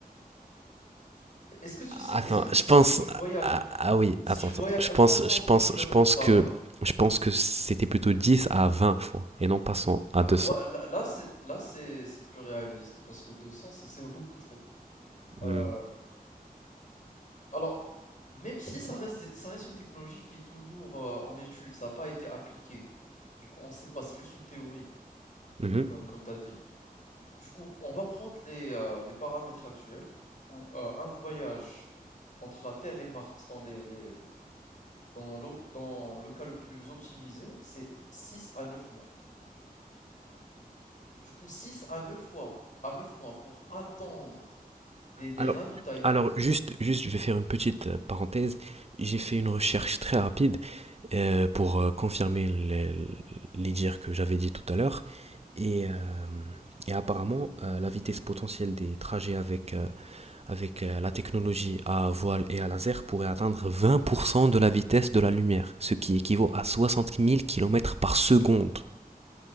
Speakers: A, on the left; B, on the right.
A: E- Est-ce que tu sais,
B: Attends,
A: est-ce que tu
B: je pense,
A: sais si tu voyages,
B: ah, ah oui,
A: si
B: attends,
A: tu
B: attends,
A: voyages
B: attends. je
A: à
B: pense,
A: trois cent
B: je
A: mille
B: pense,
A: kilomètres
B: je pense
A: par
B: que,
A: heure?
B: je pense que c'était plutôt 10 à 20 fois et non pas 100
A: Bah,
B: à 200.
A: voi- là, là, c'est, là, c'est, c'est plus réaliste parce que 200 c'est c'est beaucoup trop.
B: Hmm.
A: Euh, Alors, même si ça reste des- ça reste une technologie qui est toujours euh, en étude, ça n'a pas été appliqué. Du coup, on ne sait pas, c'est juste une théorie,
B: Mhm.
A: euh, comme tu as dit. Du coup, on va prendre les, euh, les paramètres actuels où euh, un voyage entre la Terre et Mars dans les, les- dans l'o- dans le cas le plus optimisé, c'est six à neuf mois. Du coup, 6 à 9 fois à 9 mois pour attendre des, des
B: Alors,
A: ravitaillements.
B: alors juste, juste, je vais faire une petite euh, parenthèse. J'ai fait une recherche très rapide euh,
A: Oui.
B: pour euh, confirmer les, les dires que j'avais dit tout à l'heure. Et, euh, et apparemment, euh, la vitesse potentielle des trajets avec, euh, avec euh, la technologie à voile et à laser pourrait atteindre 20% de la vitesse de la lumière, ce qui équivaut à 60 000 kilomètres par seconde.